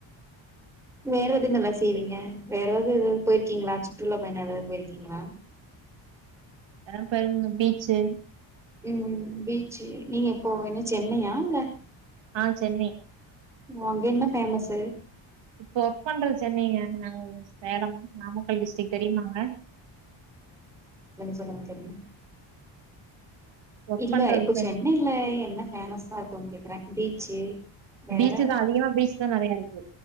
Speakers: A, in the centre; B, on the right (about 70°).
A: வேற எது நல்லா செய்வீங்க வேறதாவது எதாவது போயிருக்கீங்களா சுற்றுலா பயணம் ஏதாவது போயிருக்கீங்களா
B: வேற <unintelligible> பீச்சு
A: உம் பீச்சு நீங்க எப்போ என்ன சென்னையா இல்ல
B: ஆஹ் சென்னை
A: அங்க என்ன பேஃமஸ்
B: இப்ப ஒர்க் பண்றது சென்னைங்க நாங்க சேலம் நாமக்கல் டிஸ்டிக் தெரிமாங்க
A: சொல்லு தெரியு
B: ஒர்க்
A: இல்ல
B: பண்றது
A: இப்போ
B: சென்
A: சென்னைல என்ன ஃபேமஸா இரு இருக்கோ கேக்குறே பீச்சு வேற
B: பீச்சு தா அதிகமா பீச் தா நெறைய இருக்கு